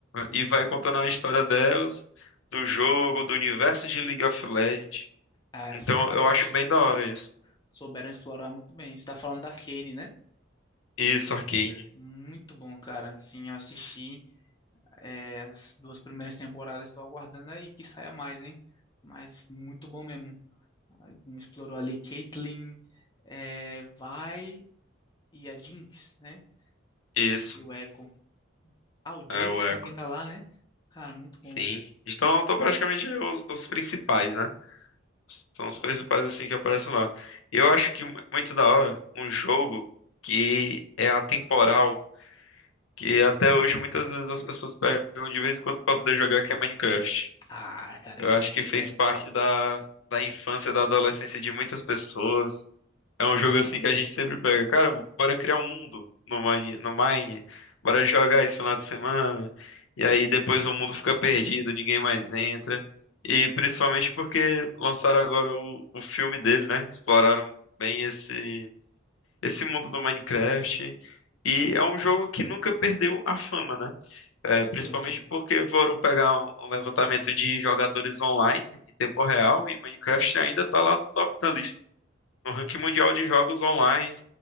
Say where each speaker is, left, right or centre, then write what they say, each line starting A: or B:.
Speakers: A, on the left (about 85°); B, on the left (about 20°).
A: e vai contando a história delas, do jogo, do universo de League of Legends.
B: ah,
A: Então
B: foi fantástico.
A: eu acho bem da hora isso.
B: Souberam explorar muito bem. Você está falando da Arcane, né?
A: Isso, Arcane.
B: Muito bom, cara. Sim, eu assisti é, as duas primeiras temporadas. Estou aguardando aí que saia mais, hein? Mas muito bom mesmo. Aí, Como explorou ali Caitlyn, é, Vi e a Jinx, né?
A: Isso,
B: E o Echo. Ah, o Jace
A: é o Echo.
B: também tá lá, né? Cara, muito
A: Sim.
B: bom.
A: Então estão praticamente os, os principais, né? São os principais assim que aparecem lá. Eu acho que mu- muito da hora um jogo que é atemporal que até hoje muitas vezes as pessoas pegam de vez em quando para poder jogar, que é Minecraft.
B: Ah, cara,
A: Eu
B: esse
A: acho
B: aí
A: que fez
B: é
A: parte da, da infância, da adolescência de muitas pessoas. É um jogo assim
B: bom
A: que a gente sempre pega, cara, bora criar um mundo no Mine, no Mine, bora jogar esse final de semana. E aí depois o mundo fica perdido, ninguém mais entra. E principalmente porque lançaram agora o, o filme dele, né? Exploraram bem esse, esse mundo do Minecraft. E é um jogo que nunca perdeu a fama, né? É, principalmente
B: mesmo.
A: porque foram pegar um, um levantamento de jogadores online em tempo real e Minecraft ainda está lá no top da lista, no ranking mundial de jogos online,